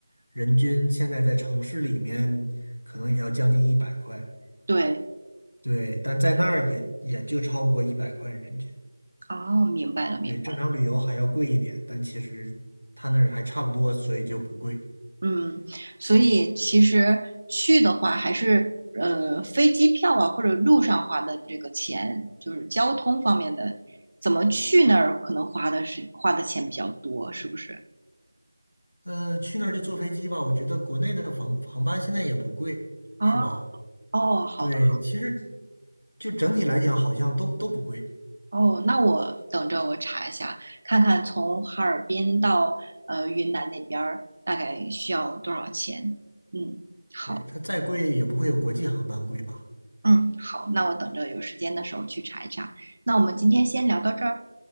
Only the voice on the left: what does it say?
人均现在在城市里面，可能也要将近一百块，
对，但在那儿也也就超不过一百块人均。
对，正常旅游还要贵一点，但其实他那儿还差不多，所以就不贵。
嗯，去那儿就坐飞机吧。我觉得国内的航航班现在也不贵，
是吧？
对，其实就整体来讲，好像都都不贵。
对，它再贵也不会有国际航班贵吧？